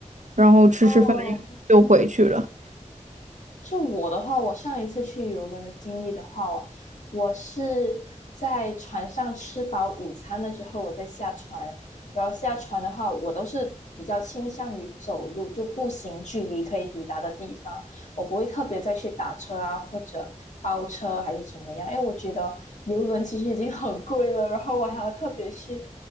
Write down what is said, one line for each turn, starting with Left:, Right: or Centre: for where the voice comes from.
Right: 然后吃吃饭
Left: 哦，
Right: 就回去了。
Left: 就我的话，我上一次去游轮的经历的话，我我是在船上吃饱午餐了之后，我再下船。然后下船的话，我都是比较倾向于走路，就步行距离可以抵达的地方，我不会特别再去打车啊，或者包车还是怎么样，因为我觉得游轮其实已经很贵了，然后我还要特别去